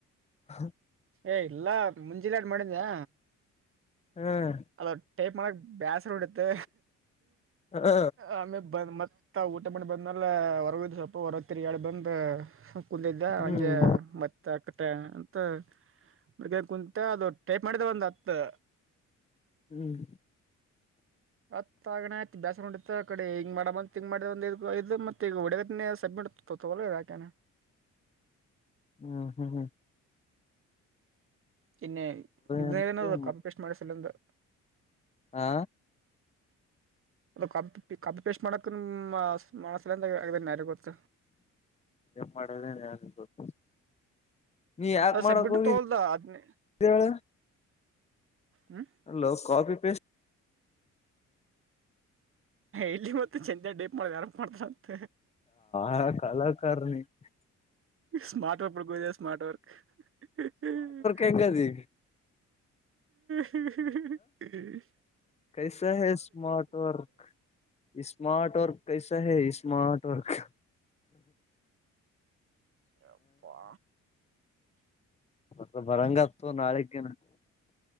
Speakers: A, on the left (about 20°); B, on the right (about 45°).
A: ಹ
B: ಏ ಇಲ್ಲಾ ಮುಂಜಿಲ್ಲಾಡ್ ಮಾಡಿದ್ದ್ಯ
A: ಹ್ಮ್
B: ಅಲ್ಲ ಟೈಪ್ ಮಾಡಕ್ ಬೇಸ ನೋಡತ್ತೆ
A: ಹ
B: ಆಮೇಲೆ ಬಂದ ಮತ್ತ ಮ ಊಟ ಮಾಡಿ ಬಂದ್ಮಲೆ ಹೊರಗಿದ್ ಸ್ವಪ ಹೊರಗ ತಿರಿ ಎಾಡ್ ಬಂದ್ ಕುೂದಿದ್ದ
A: ಹ್ಮ್
B: ಹಂಗೆ ಮತ್ತ ಆಕಟ್ಟ ಹ ಬಗ ಕುಂತ ಅದು ಟೈಪ್ ಮಾಡಿದ ಒಂದ್ ಹತ್ತು
A: ಹ್ಮ್
B: ಮತ್ ಆಗಣತ್ ಬೇಾಸ ನೋಡತ್ ಕಡೆ ಹಿಂಗ್ ಮಾಡ ಬಂತತ್ ಹಿಂಗ ಮಾಡದು ಮತ್ತತ್ ಈಗ ಒಡೆ ಒಲದಾಕನೆ
A: ಹ್ಮ್ ಹ್ಮ್ ಹ್ಮ್
B: ಇನ್ನೆ ಇದನ
A: ಎಂತ
B: ಕಂಪಲೀಷಟ್ ಮಾಡಸಿಲ್ಲಂತ
A: ಆ
B: ಅದು ಕಬ್ ಕಬ್ಬು ಪೇಸ್ಟ್ ಮಾಡಕ ಮಸ ಆಗ ಯಾರ ಗೊತ್ತ
A: ಏನ್ ಮಾಡದನ್ ಗೊತ್ತ ನೀ ಯಾಕ
B: ಅದ
A: ಮಾಡಕ್
B: ಸಬ್ಮಿಟ್
A: ಹೋಗಿದಿ
B: ತೋಲ್ದ ಅದ್ನೇ
A: ಹೇಳ
B: ಹ್ಮ್
A: ಅಲೋ ಕಾಫಿ ಪೇಸ್ಟ್
B: ಇಲ್ಲಿ ಮತ್ತ ಚೆಂದ ಡೇಪ್ ಮಾಡ ಆರ ಮಾಡ್ತಾರ ಅಂತ
A: ಹ ಕಲಾಕಾರನಿ <unintelligible>
B: ಸ್ಮಾರ್ಟ್ ವರ್ಕ್ ಪಡ ಗೋದ ಸ್ಮಾರ್ಟ್ ವರ್ಕ್ ಹ್ಮ
A: ಹೆಂಗದಿ
B: ಹ ಹ ಹ್ಮ
A: ಕಸಾ ಹ ಸ್ಮಾರ್ಟ ವರ್ಕ್ ಸ್ಮಾರ್ಟ ವರ್ಕ್ ಕೈಸಾ ಹ ಸ್ಮಾರ್ಟ ವರ್ಕ್
B: ಅಪ್ಪಾ
A: ಮ ಬರಂಗತ್ತು ನಾಳಗ್